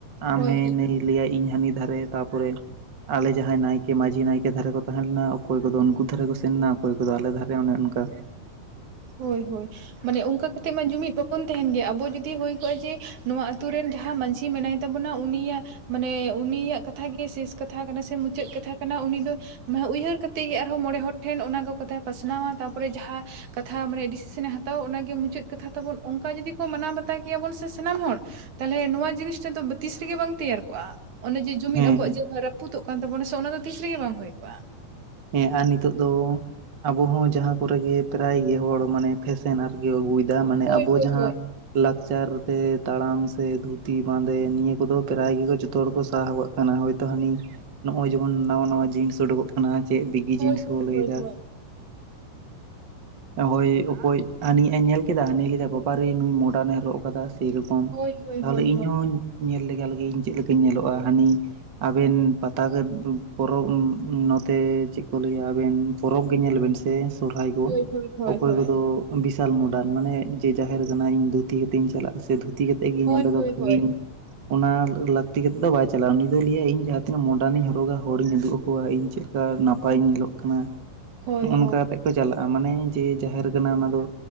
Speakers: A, on the right; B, on the right.
A: ᱟᱢ
B: ᱦᱳᱭ
A: ᱦᱮᱸ ᱱᱟᱹᱭ ᱞᱟᱹᱭᱟ ᱤᱧ ᱦᱟᱹᱱᱤ ᱫᱷᱟᱨᱮ ᱛᱟᱯᱚᱨᱮ ᱟᱞᱮ ᱡᱟᱦᱟᱸᱭ ᱱᱟᱭᱠᱮ ᱢᱟᱺᱡᱷᱤ ᱱᱟᱭᱠᱮ ᱫᱷᱟᱨᱮ ᱠᱚ ᱛᱟᱦᱮᱱᱟ ᱚᱠᱚᱭ ᱠᱚᱫᱚ ᱩᱱᱠᱩ ᱫᱷᱟᱨᱮ ᱠᱚ ᱥᱮᱱ ᱞᱮᱱᱟ ᱚᱠᱚᱭ ᱠᱚᱫᱚ ᱟᱞᱮ ᱫᱷᱟᱨᱮ ᱚᱱᱮ ᱚᱱᱠᱟ
B: ᱦᱳᱭ ᱦᱳᱭ ᱢᱟᱱᱮ ᱚᱱᱠᱟ ᱠᱟᱛᱮᱜ ᱢᱟ ᱡᱩᱢᱤᱫ ᱵᱟᱵᱚᱱ ᱛᱟᱦᱮᱱ ᱜᱮᱭᱟ ᱟᱵᱚ ᱡᱩᱚᱫᱤ ᱦᱩᱭᱳ ᱠᱚᱜᱼᱟ ᱡᱮ ᱱᱚᱣᱟ ᱟᱛᱩ ᱨᱮᱱ ᱡᱟᱦᱟᱸ ᱢᱟᱺᱡᱷᱤ ᱢᱮᱱᱟᱭ ᱛᱟᱵᱚᱱᱟ ᱩᱱᱤᱭᱟᱜ ᱢᱟᱱᱮ ᱩᱱᱤᱭᱟᱜ ᱠᱟᱛᱷᱟᱜ ᱜᱮ ᱥᱮᱥ ᱠᱟᱛᱷᱟ ᱠᱟᱱᱟ ᱥᱮ ᱢᱩᱪᱟᱹᱫ ᱠᱟᱛᱷᱟ ᱠᱟᱱᱟ ᱩᱱᱤ ᱫᱚ ᱩᱭᱦᱟᱹᱨ ᱠᱟᱛᱮᱜ ᱜᱮ ᱟᱨᱦᱚᱸ ᱢᱚᱬᱮ ᱦᱚᱲ ᱴᱷᱮᱱ ᱚᱱᱟ ᱠᱚ ᱠᱟᱛᱷᱟᱭ ᱯᱟᱥᱱᱟᱣᱟ ᱛᱟᱨᱯᱚᱨᱮ ᱡᱟᱦᱟᱸ ᱠᱟᱛᱷᱟ ᱢᱟᱱᱮ ᱰᱤᱥᱤᱥᱮᱱ ᱮ ᱦᱟᱛᱟᱣᱟ ᱚᱱᱟᱜᱮ ᱢᱩᱪᱟᱹᱫ ᱠᱟᱛᱷᱟ ᱛᱟᱵᱚᱱ ᱚᱱᱠᱟ ᱡᱩᱫᱤ ᱠᱚ ᱢᱟᱱᱟᱣ ᱵᱟᱛᱟᱣ ᱠᱮᱭᱟᱵᱚᱱ ᱥᱮ ᱥᱟᱱᱟᱢ ᱦᱚᱲ ᱛᱟᱦᱚᱞᱮ ᱱᱚᱣᱟ ᱡᱤᱱᱤᱥᱴᱟ ᱫᱚ ᱛᱤᱥ ᱨᱮᱜᱮ ᱵᱟᱝ ᱛᱮᱭᱟᱨ ᱠᱚᱜᱼᱟ ᱚᱱᱮ ᱡᱮ ᱡᱩᱢᱤᱫ
A: ᱦᱮᱸ
B: ᱟᱵᱚᱣᱟᱜ ᱡᱟᱦᱟᱸ ᱨᱟᱹᱯᱩᱫᱚᱜ ᱠᱟᱱ ᱛᱟᱵᱚᱱᱟ ᱥᱮ ᱚᱱᱟ ᱫᱚ ᱛᱤᱥ ᱨᱮᱜᱮ ᱵᱟᱝ ᱦᱩᱭ ᱠᱚᱜᱼᱟ
A: ᱦᱮᱸ ᱟᱨ ᱱᱤᱛᱚᱜ ᱫᱚ ᱟᱵᱚ ᱦᱚᱸ ᱡᱟᱦᱟᱸ ᱠᱚᱨᱮ ᱜᱮ ᱯᱨᱟᱭ ᱜᱮ ᱦᱚᱲ ᱢᱟᱱᱮ ᱯᱷᱮᱥᱮᱱ ᱟᱨᱜᱮ ᱟᱹᱜᱩᱭᱮᱫᱟ᱾ ᱢᱟᱱᱮ
B: ᱦᱳᱭ
A: ᱟᱵᱚ
B: ᱦᱳᱭ
A: ᱡᱟᱦᱟᱸ
B: ᱦᱳᱭ
A: ᱞᱟᱠᱪᱟᱨ ᱛᱮ ᱛᱟᱲᱟᱢ ᱥᱮ ᱫᱷᱩᱛᱤ ᱵᱟᱸᱫᱮ ᱱᱤᱭᱟᱹ ᱠᱚᱫᱚ ᱯᱨᱟᱭ ᱜᱮᱠᱚ ᱡᱚᱛᱚ ᱦᱚᱲ ᱠᱚ ᱥᱟᱦᱟᱣᱟᱜ ᱠᱟᱱᱟ ᱦᱳᱭ ᱛᱚ ᱦᱟᱱᱤ ᱱᱚᱜ ᱚᱚᱭ ᱡᱮᱢᱚᱱ ᱱᱟᱶᱟ ᱱᱟᱶᱟ ᱡᱤᱱᱥ ᱩᱰᱩᱠᱚᱜ ᱠᱟᱱᱟ ᱪᱮᱫ ᱵᱤᱜᱤ
B: ᱦᱳᱭ
A: ᱡᱤᱱᱤᱥ ᱠᱚ
B: ᱦᱳᱭ
A: ᱞᱟᱹᱭᱫᱟ?
B: ᱦᱳᱭ
A: ᱦᱳᱭ ᱚᱠᱚᱭ ᱦᱟᱹᱱᱤᱭᱟᱜ ᱮ ᱧᱮᱞ ᱠᱮᱫᱟ ᱦᱟᱹᱱᱤ ᱞᱮᱫᱟ ᱵᱟᱵᱟ ᱨᱮ ᱱᱩᱭ ᱢᱚᱰᱟᱨᱱᱮ ᱨᱚᱜ ᱠᱟᱫᱟ ᱥᱮᱨᱚᱠᱚᱢ
B: ᱦᱳᱭ ᱦᱳᱭ
A: ᱛᱟᱦᱚᱞᱮ
B: ᱦᱳᱭ
A: ᱤᱧᱦᱚᱸ
B: ᱦᱳᱭ
A: ᱧᱮᱞ ᱞᱮᱜᱟ ᱞᱮᱜᱮ ᱤᱧ ᱪᱮᱫ ᱞᱮᱠᱟᱧ ᱧᱮᱞᱚᱜᱼᱟ ᱦᱟᱹᱱᱤ ᱟᱵᱮᱱ ᱯᱟᱛᱟ ᱜᱮ <unintelligible> ᱵᱚᱨᱦᱚ ᱯᱚᱨᱚᱵᱽ ᱩᱸ ᱱ ᱼᱼ ᱛᱮ ᱪᱮᱫ ᱠᱚ ᱞᱟᱹᱭᱟ ᱟᱵᱮᱱ ᱯᱚᱨᱚᱵᱽ ᱜᱮ ᱧᱮᱞ ᱵᱮᱱ ᱥᱮ ᱥᱚᱨᱚᱦᱟᱭ ᱠᱚ
B: ᱦᱳᱭ ᱦᱳᱭ ᱦᱳᱭ
A: ᱚᱠᱚᱭ
B: ᱦᱳᱭ
A: ᱠᱚᱫᱚ ᱵᱤᱥᱟᱞ ᱢᱳᱰᱟᱱ᱾ ᱢᱟᱱᱮ ᱡᱮ ᱡᱟᱦᱮᱨ ᱠᱟᱱᱟ ᱤᱧ ᱫᱷᱩᱛᱤ ᱠᱟᱛᱮᱧ ᱪᱟᱞᱟᱜᱼᱟ ᱥᱮ ᱫᱷᱩᱛᱤ ᱛᱮᱜᱮᱧ
B: ᱦᱳᱭ
A: ᱚᱸᱰᱮ
B: ᱦᱳᱭ
A: ᱫᱚ ᱵᱷᱟᱹᱜᱽᱣᱤᱧ
B: ᱦᱳᱭ
A: ᱚᱱᱟ ᱞᱟᱹᱠᱛᱤ ᱠᱟᱛᱮᱫ ᱫᱚ ᱵᱟᱭ ᱪᱟᱞᱟᱜᱼᱟ ᱩᱱᱤ ᱫᱚ ᱞᱟᱹᱭᱟ ᱤᱧ ᱡᱟᱦᱟᱸ ᱛᱤᱱᱟᱹᱜ ᱢᱚᱰᱟᱱᱤᱧ ᱦᱚᱨᱚᱜᱟ ᱦᱚᱲᱤᱧ ᱩᱫᱩᱜ ᱟᱠᱚᱣᱟ ᱤᱧ ᱪᱮᱫ ᱼᱼ ᱠᱟ ᱱᱟᱯᱟᱭ ᱧᱮᱞᱚᱜ ᱠᱟᱱᱟ
B: ᱦᱳᱭ
A: ᱱᱚᱜᱼᱚ
B: ᱦᱳᱭ ᱦᱳᱭ
A: ᱱᱚᱝᱠᱟ ᱠᱟᱛᱮ ᱠᱚ ᱪᱟᱞᱟᱜᱼᱟ᱾ ᱢᱟᱱᱮ ᱡᱮ ᱡᱟᱦᱮᱨ ᱠᱟᱱᱟ, ᱚᱱᱟ ᱫᱚ᱾